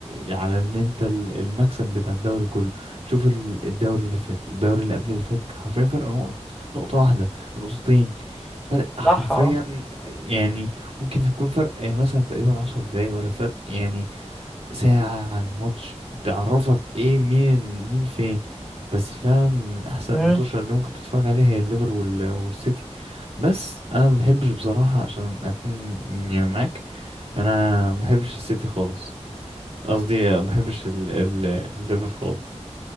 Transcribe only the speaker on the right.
على ان انت ال- المكسب بتاع الدوري كله شوف ال- الدوري اللي فات والدوري اللي قبل اللي فات كان حرفيا فرق نقط نقطه واحده نقطتين فرق حرفيا
يعني ممكن يكون فرق مثلا تقريبا عشر دقايق ولا فرق يعني ساعة عن ماتش تعرفك ايه مين مين فين بس فاهم من احسن
الماتشات اللي ممكن تتفرج عليها هي الليفر وال- والسيتي بس انا ما بحبش بصراحة عشان اكون يعني معاك انا ما بحبش السيتي خالص قصدي ما بحبش ال- ال- الليفر خالص